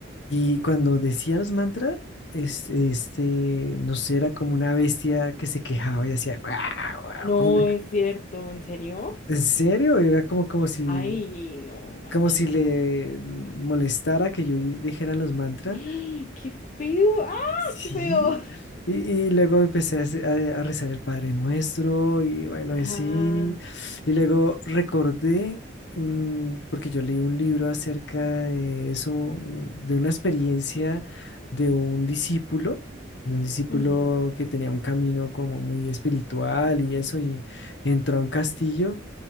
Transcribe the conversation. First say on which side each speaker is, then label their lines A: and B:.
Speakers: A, on the left; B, on the left.
A: Y cuando decía los mantras, es, este, no sé, era como una bestia que se quejaba y hacía, "Guau, guau",
B: No
A: como una-
B: es cierto, ¿en serio?
A: ¿en serio? Era como, como si,
B: Ay, no manches.
A: como si le molestara que yo dijera los mantras.
B: ¡Ay, ¡Qué feo! ¡Ah,
A: Sí,
B: qué feo!
A: y, y luego empecé a, hace- a- a rezar el Padre Nuestro y bueno,
B: Ajá.
A: y sí, y luego recordé, mm, porque yo leí un libro acerca de eso, de una experiencia de un discípulo, de un discípulo
B: ujú.
A: que tenía un camino como muy espiritual y eso, y entró a un castillo.